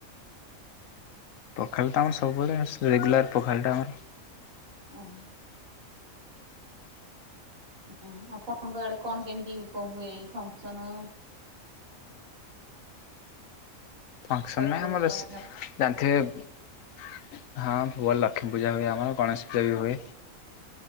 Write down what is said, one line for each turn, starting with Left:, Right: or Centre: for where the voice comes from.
Left: ପଖାଳ ତ ଆମର ସବୁବେଳେ ଆ ସେ ରେଗୁଲାର ପଖାଳଟା ଆମର।
Right: ଓହୋ। ହୁଁ ଆପଣଙ୍କ ଆଡେ କଣ କେମତି ଏ ପ ହୁଏ ଏଇ ଫଙ୍କସନ?
Left: ଫଙ୍କସନ
Right: ପର୍ବପର୍ବାଣି
Left: ନା ଆମ ବେଶୀ ଜାଣିଥିବେ। ହଁ ଭୁଅ ଲକ୍ଷ୍ମୀ ପୂଜା ହୁଏ ଆମର ଗଣେଶ ପୂଜା ବି ହୁଏ।